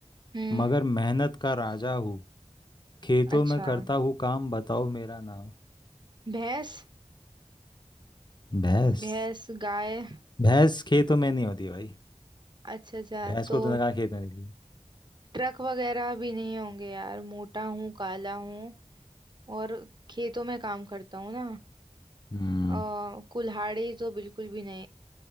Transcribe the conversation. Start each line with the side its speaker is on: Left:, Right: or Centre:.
Right: हम्म
Left: मगर मेहनत का राजा हूँ खेतों
Right: अच्छा
Left: में करता हूँ काम बताओ मेरा नाम
Right: भैंस
Left: भैंस
Right: भैंस गाय
Left: भैंस खेतों में नहीं होती भाई
Right: अच्छा अच्छा
Left: भैंस
Right: तो
Left: को तूने कहा खेत में देखी
Right: ट्रक वगैरह भी नहीं होंगे यार मोटा हूँ काला हूँ और खेतों में काम करता हूँ ना
Left: हम्म
Right: अ, कुल्हाड़ी तो बिल्कुल भी नहीं